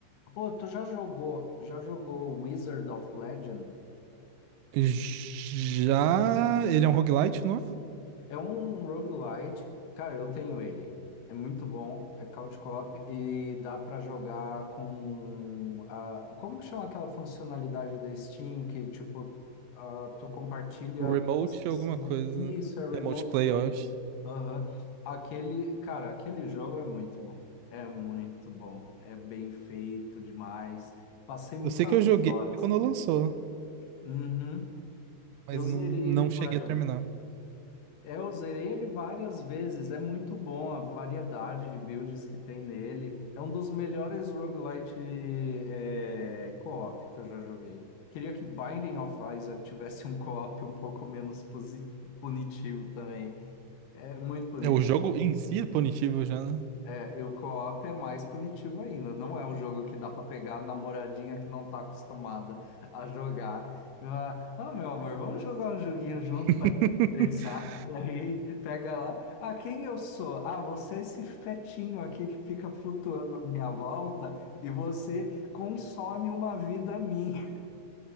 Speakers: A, on the left (about 70°); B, on the right (about 85°).
A: Ô, tu já jogou, já jogou Wizard of Legend?
B: Já. Ele é um roguelite, não? é?
A: É um roguelite. Cara, eu tenho ele. É muito bom, é couch co-op e dá pra jogar com a... Como que chama aquela funcionalidade da Steam que, tipo, ah, tu compartilha
B: Remote
A: a tua sessão.
B: alguma coisa.
A: Isso, é remote
B: Remote Playoffs.
A: play. Aham. Aquele, cara, aquele jogo é muito bom. É muito bom. É bem feito demais. Passei muitas
B: Eu sei que eu joguei
A: horas.
B: quando lançou,
A: Uhum.
B: mas
A: Eu zerei
B: não, não
A: ele várias
B: cheguei a terminar.
A: é, eu zerei ele várias vezes, é muito bom a variedade de builds que tem nele. É um dos melhores roguelite é, co-op que eu já joguei. Queria que Binding of Isaac tivesse um co-op um pouco menos posi- punitivo também. É muito bonito.
B: É, o jogo em si é punitivo já, né?
A: É, e o co-op é mais punitivo ainda. Não é um jogo que dá pra pegar a namoradinha que não tá acostumada a jogar. Ah, "Ah, meu amor, vamos jogar um joguinho junto
B: <laughs>
A: pra desestressar. E aí pega lá. Ah, quem eu sou? Ah, você é esse fetinho aqui que fica flutuando à minha volta e você consome uma vida minha.